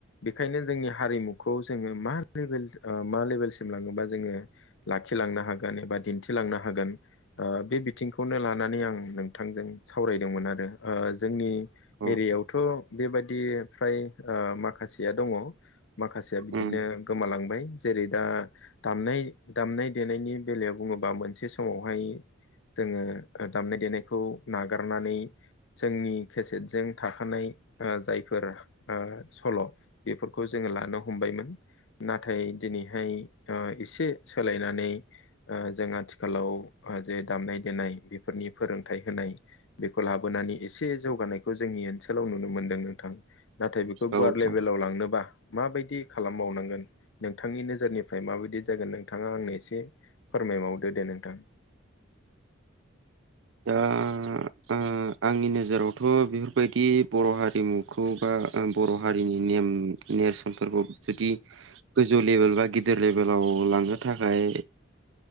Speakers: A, on the left (about 65°); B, on the right (about 65°).
A: बेखायनो जोंनि हारिमुखौ जोङो मा लेभेल मा लेभेलसिम लाङोबा जोङो। लाखिलांनो हागोन एबा दिन्थिलांनो हागोन। बे बिथिंखौनो लानानै आं नोंथांजों सावरायदोंमोन आरो जोंनि
B: औ
A: एरियायावथ' बेबायदि फ्राय माखासेया दङ। माखासेया बिदिनो
B: उम
A: गोमालांबाय जेरै दा दामनाय दामनाय देनायनि बेलायाव बुङोबा मोनसे समावहाय जोङो दामनाय देनायखौ नागारनानै जोंनि केसेटजों थाखानाय जायफोर सल' बेफोरखौ जोङो लानो हमबायमोन नाथाय दिनैहाय एसे सोलायनानै जों आथिखालाव जे दामनाय देनाय बेफोरनि फोरोंथाइ होनाय बेखौ लाबोनानै एसे जौगानायखौ जोंनि ओनसोलाव नुनो मोनदों नोंथां। नाथाय बेखौ
B: औ
A: गुवार
B: औ
A: लेभेलाव लांनोबा माबायदि खालामबावनांगोन नोंथांनि नोजोरनिफ्राय माबायदि जागोन नोंथाङा आंनो एसे फोरमायबावदो दे नोंथां।
B: दा ओ आंनि नोजोरावथ' बेफोरबायदि बर' हारिमुखौ बा बर' हारिनि नेम नेरसोनफोरखौ जुदि गोजौ लेभेल बा गिदिर लेभेलाव लांनो थाखाय